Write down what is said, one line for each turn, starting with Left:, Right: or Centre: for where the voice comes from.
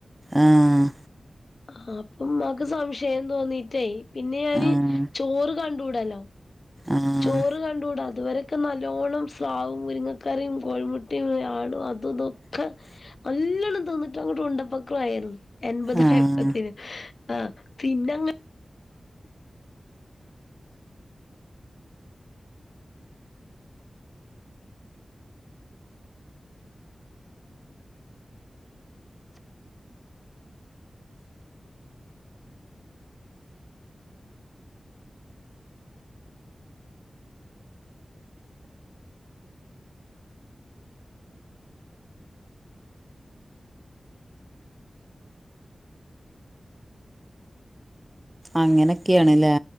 Right: ആഹ്
Left: ആ അപ്പൊമ്മാക്ക് സംശയം തോന്നീട്ടേ പിന്നെ ഞാന്
Right: ആഹ്
Left: ചോറ് കണ്ടൂടല്ലോ
Right: ആഹ്
Left: ചോറ് കണ്ടുകൂടാ അതുവരൊക്കെ നല്ലോണം സ്രാവും മുരുങ്ങക്കറീം കോഴിമുട്ടീം ആടും അതും ഇതൊ
Right: <inaudible>
Left: നല്ലണം തിന്നിട്ട് അങ്ങ്ട്ട് ഉണ്ടപ്പക്ക്രുവായിരുന്നു എൺപതായപ്പത്തിന്
Right: ആഹ്
Left: ആഹ് പിന്നങ്ങ്
Right: അങ്ങനൊക്കേണ് ല്ലേ